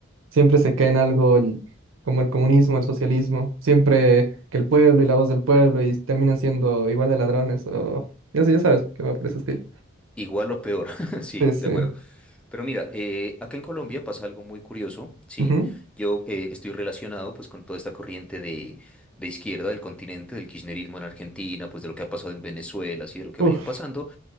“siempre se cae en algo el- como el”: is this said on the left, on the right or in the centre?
Right